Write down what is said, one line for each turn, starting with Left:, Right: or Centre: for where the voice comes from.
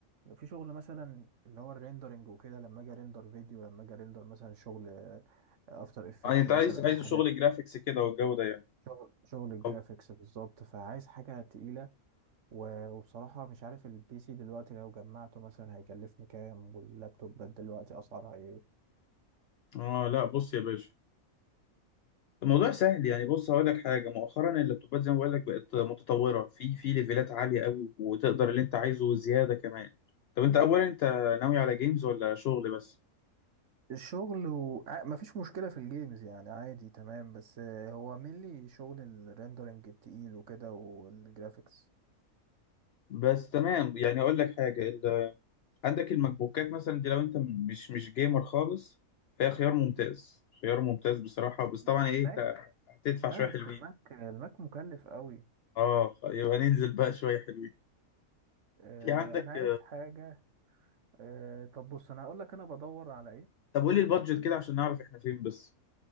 Right: في شغل مثلا اللي هو الريندرنج وكده لما اجي ريندر فيديو لما اجي ريندر مثلا شغل افتر افكت
Left: يعني انت
Right: مثلا
Left: عايز عايز
Right: حاجات
Left: شغل جرافيكس كده والجو ده يعني
Right: شغل شغل الجرافيكس
Left: طب
Right: بالظبط فعايز حاجه تقيله و- وبصراحه مش عارف البي سي دلوقتي لو جمعته مثلا هيكلفني كام واللابتوبات دلوقتي اسعارها ايه
Left: اه لا بص يا باشا الموضوع سهل يعني بص هقول لك حاجه مؤخرا اللابتوبات زي ما بقول لك بقت متطوره في في ليفلات عاليه قوي وتقدر اللي انت عايزه زياده كمان طب انت اولا انت ناوي على جيمز ولا شغل بس
Right: الشغل و... ع- مفيش مشكلة في الجيمز يعني عادي تمام بس آه، هو مينلي شغل الريندرنج التقيل وكده والجرافيكس
Left: بس تمام يعني اقول لك حاجه ال... عندك الماك بوكات مثلا دي لو انت مش مش جيمر خالص فهي خيار ممتاز خيار ممتاز بصراحه بس طبعا
Right: الماك
Left: ايه انت هتدفع
Right: لا
Left: شويه
Right: بس
Left: حلوين
Right: الماك الماك مكلف قوي
Left: اه يبقى ننزل بقى شويه حلوين
Right: آه،
Left: في عندك
Right: انا عايز حاجه آه، طب بص انا هقول لك انا بدور على ايه
Left: طب قولي البادجت
Right: ماشي
Left: كده عشان نعرف احنا فين بس